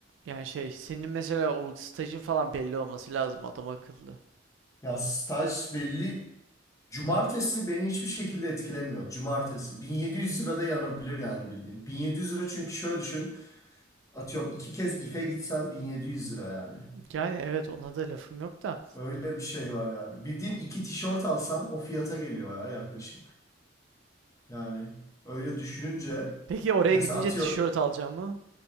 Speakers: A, on the right; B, on the left.
A: yani şey senin mesela o stajın falan belli olması lazım adam akıllı.
B: Ya staj belli. Cumartesi beni hiçbir şekilde etkilemiyor. Cumartesi 1700 lirada yanabilir yani bildiğin. 1700 lira çünkü şöyle düşün. Atıyorum iki kez ife gitsen 1700 lira yani.
A: Yani evet ona da lafım yok da.
B: Öyle bir şey var yani. Bildiğin iki tişört alsan o fiyata geliyor ya yaklaşık. Yani öyle düşününce
A: Peki oraya
B: mesela
A: gidince
B: atıyor
A: tişört alacağım mı?